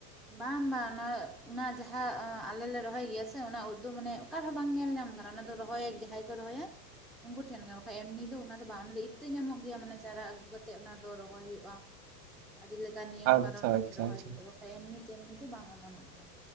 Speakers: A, in the centre; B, on the right (about 50°).
A: ᱵᱟᱝ ᱵᱟᱝ ᱚᱱᱟ ᱚᱱᱟ ᱡᱟᱦᱟᱸ ᱟᱞᱮ ᱞᱮ ᱨᱚᱦᱚᱭ ᱜᱮᱭᱟ ᱥᱮ ᱚᱱᱟ ᱩᱫ ᱫᱚ ᱢᱟᱱᱮ ᱚᱠᱟ ᱨᱮ ᱦᱚᱸ ᱵᱟᱝ ᱧᱮᱞ ᱧᱟᱢ ᱠᱟᱱᱟ ᱚᱱᱟ ᱫᱚ ᱨᱚᱦᱚᱭ ᱠᱚ ᱨᱚᱦᱚᱭᱟ ᱩᱱᱠᱩ ᱴᱷᱮᱱ ᱜᱮ ᱵᱟᱠᱟᱱ ᱮᱢᱱᱤ ᱫᱚ ᱚᱱᱟ ᱫᱚ ᱵᱟᱝ ᱤᱛᱟᱹ ᱧᱟᱢᱚᱜ ᱜᱮᱭᱟ ᱢᱟᱱᱮ ᱪᱟᱨᱟ ᱟᱹᱜᱩ ᱠᱟᱛᱮᱜ ᱚᱱᱟ ᱫᱚ ᱨᱚᱦᱚᱭ ᱦᱩᱭᱩᱜ-ᱟ᱾ ᱟᱹᱰᱤ ᱞᱮᱠᱟᱱ ᱱᱤᱭᱚᱢ
B: ᱟᱪᱪᱷᱟ
A: ᱠᱟᱨᱚᱱ ᱠᱟᱛᱮ
B: ᱟᱪᱪᱷᱟ
A: ᱨᱚᱦᱚᱭ
B: ᱟᱪᱪᱷᱟ
A: ᱦᱩᱭᱩᱜ-ᱟ ᱵᱟᱠᱷᱟᱱ ᱮᱢᱱᱤ ᱮᱢᱱᱤ ᱫᱚ ᱵᱟᱝ ᱚᱢᱚᱱᱚᱜ ᱜᱮᱭᱟ᱾